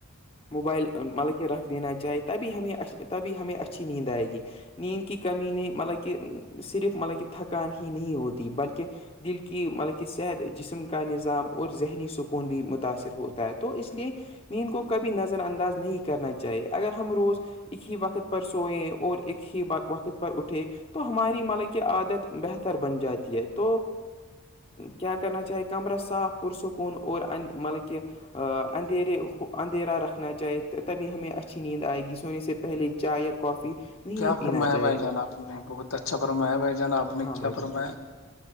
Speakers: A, on the left (about 25°); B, on the left (about 80°).
A: موبائل مطلب کہ کے رکھ دینا چاہے تبھی ہمیں تبھی ہمیں اچھی نیند آئے گی نیند کی کمی نے مطلب کہ صرف مطلب کہ تھکان ہی نہیں ہوتی بلکہ دل کی مطلب کہ صحت جسم کا نظام اور ذہنی سکون بھی متاثر ہوتا ہے تو اس لیئے نیند کو کبھی نظر انداز نہیں کیا کرنا چاہیے اگر ہم روز ایک ہی وقت پر سوئئے اور ایک ہی وقت پر اٹھے تو ہماری ملک یہ عادت بہتر بن جاتی ہے تو کیا کرنا چاہے کمرہ صاف پ سکون ا اور ان مطلب کہ اندھیرے اندھیرا رکھنا چاہیے تبھی ہمیں اچھی نیند آئے گی سونے سے پہلے چائے یا کافی نہیں
B: کیا
A: پینا
B: فرمایا
A: چاہیے
B: بھائی جان آپ نے بہت اچھا فمایا بھائی جان آپ نے
A: ہاں
B: کیا
A: بھائی
B: فرمایا
A: جان